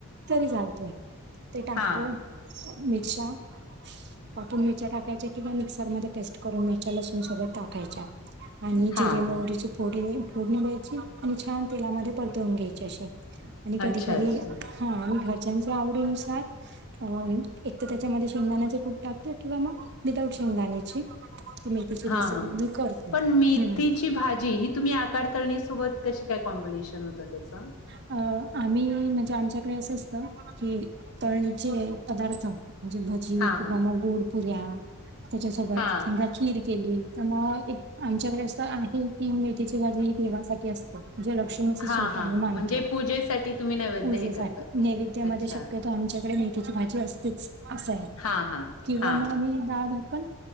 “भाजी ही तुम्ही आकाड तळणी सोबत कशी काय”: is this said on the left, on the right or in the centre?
Left